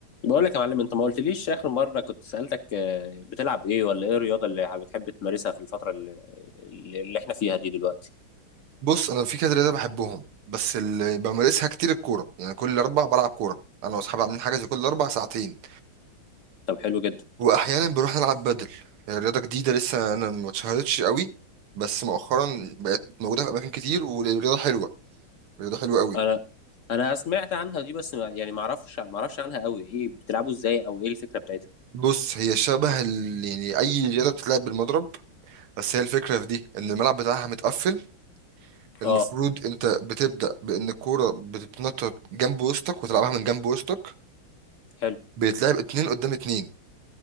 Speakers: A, on the left; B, on the right.
A: بقول لك يا معلم انت ما قلتليش اخر مره كنت سالتك آه، بتلعب ايه ولا ايه الرياضه اللي بتحب تمارسها في الفتره اللي, اللي احنا فيها دي دلوقتي
B: بص انا في كذا رياضه بحبهم بس اللي بمارسها كتير الكوره يعني كل اربع بلعب كوره انا واصحابي عاملين حاجه زي كل اربع ساعتين
A: طب حلو جدا
B: واحيانا بنروح نلعب بدل هي رياضه جديده لسه انا ما اتشهرتش قوي بس مؤخرا بقت موجوده في اماكن كتير ورياضه حلوه رياضه حلوه قوي
A: انا انا سمعت عنها دي بس ما يعني ما اعرفش ما اعرفش عنها قوي ايه بتلعبوا ازاي او ايه الفكره بتاعتها
B: بص هي شبه ال... يعني اي رياضه بتتلعب بالمضرب بس هي الفكره في دي ان الملعب بتاعها متقفل المفروض
A: اه
B: انت بتبدا بان الكوره بتتنطط جنب وسطك وتلعبها من جنب وسطك
A: حلو
B: بيتلعب اتنين قدام اتنين